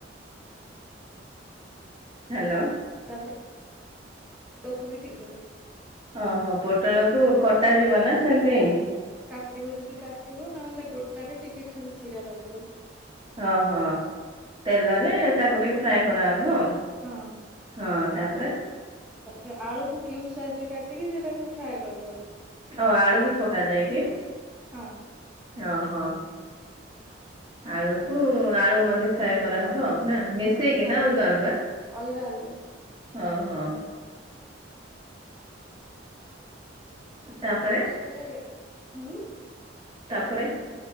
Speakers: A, on the right; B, in the centre.
A: ହାଲୋ।
B: ତାପରେ ତାକୁ ବି <unintelligible> ଦେବେ।
A: ଓହୋ ପୋଟଳକୁ କଟା ଯିବ ନା ସେମତି?
B: କାଟିବ ଯଦି କାଟିବ ନହେଲେ ଗୋଟାରେ ଟିକେ ଖାଲି ଚିରା ଲଗେଇଦବ।
A: ଓହୋ ତେଲରେ ତାକୁ ଟିକେ ଫ୍ରାଏ କରାହେବ ଆଉ।
B: ହଁ
A: ହଁ ତାପରେ?
B: ତାପରେ ଆଳୁକୁ କ୍ୟୁବ ସାଇଜରେ କାଟିକି ସେଟାକୁ ଫ୍ରାଏ କରିଦବ।
A: ଓ ଆଳୁ ବି ପକାଯାଏ କି?
B: ହଁ
A: ଓହୋ। ଆଳୁକୁ
B: ତାପରେ
A: ଆଳୁ ମଧ୍ୟ ଫ୍ରାଏ କରାହବ। ନା ମିସ୍ ମି ସେଇ କି
B: ହଁ
A: ନା ଅଲଗା ଅଲଗା
B: ଅଲଗା ଅଲଗା
A: ହଁ ହଁ। ତାପରେ
B: ଆପରେ ହୁଁ।
A: ତାପରେ?